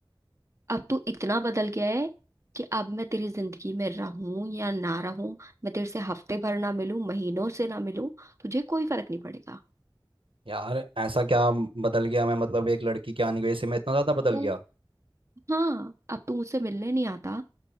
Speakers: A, on the right; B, on the right.
A: अब तू इतना बदल गया है कि अब मैं तेरी जिंदगी में रहूं या ना रहूं मैं तेरे से हफ्ते भर ना मिलूं महीनों से ना मिलूं तुझे कोई फर्क नहीं पड़ेगा
B: यार ऐसा क्या बदल गया मैं मतलब एक लड़की क्या नहीं गई इससे मैं इतना ज़्यादा बदल
A: तू
B: गया
A: हाँ अब तू मुझसे मिलने नहीं आता